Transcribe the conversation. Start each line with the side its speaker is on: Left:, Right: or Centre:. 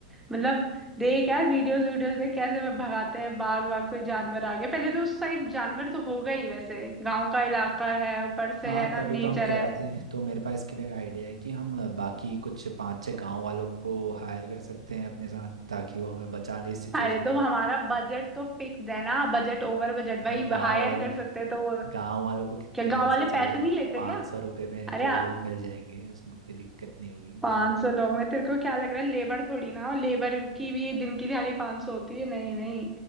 Centre: मतलब देख यार वीडियोस वीडियोस देख कैसे वे भगाते हैं बाघ वाघ कोई जानवर आ गया पहले तो उस साइड जानवर तो होगा ही वैसे गांव का इलाका है ऊपर से
Right: हाँ
Centre: है ना
Right: तभी
Centre: नेचर
Right: तो हम कह
Centre: है
Right: रहे थे तो मेरे पास इसके लिए एक आइडिया है कि हम बाकी कुछ पांच छह गांव वालों को हायर कर सकते हैं अपने साथ ताकि वो हमें बचा ले इस सिचुएशन
Centre: अरे
Right: में
Centre: तो हमारा बजट तो फिक्स है ना बजट ओवर बजट
Right: अरे
Centre: भाई
Right: गांव
Centre: हायर
Right: वाल
Centre: कर सकते हैं तो वो
Right: गांव वालों को कितने
Centre: क्या
Right: ही
Centre: गांव
Right: पैसे
Centre: वाले
Right: चाहिए
Centre: पैसे नहीं लेते
Right: पाँच
Centre: क्या
Right: सौ रुपये में
Centre: अरे
Right: दो लोग मिल जाएंगे उसमें कोई दिक्कत नहीं होगी उनके
Centre: पांच
Right: लिए
Centre: सौ लोग में तेरे को क्या लग रहा है लेबर थोड़ी ना और लेबर की भी दिन की दिहाड़ी पांच सौ होती है नहीं नहीं